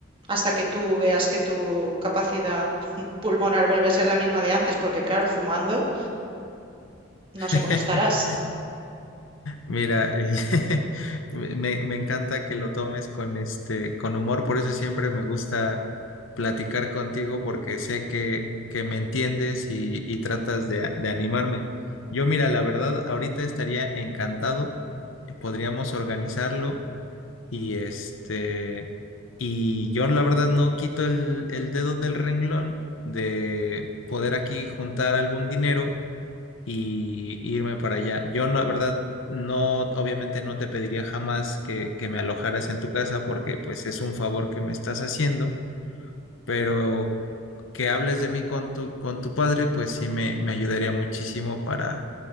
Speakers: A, on the right; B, on the left.
A: hasta que tú veas que tu capacidad <laughs> pulmonar vuelve a ser la misma de antes, porque claro, fumando, no
B: <laughs>
A: sé cómo estarás.
B: Mira, eh, <laughs> me, me encanta que lo tomes con este, con humor, por eso siempre me gusta platicar contigo porque sé que, que me entiendes y, y tratas de, de animarme. Yo, mira, la verdad, ahorita estaría encantado, eh, podríamos organizarlo Y este, y yo la verdad no quito el, el dedo del renglón de poder aquí juntar algún dinero y irme para allá. Yo la verdad no, obviamente no te pediría jamás que, que me alojaras en tu casa porque pues es un favor que me estás haciendo, pero que hables de mí con tu, con tu padre, pues sí me, me ayudaría muchísimo para,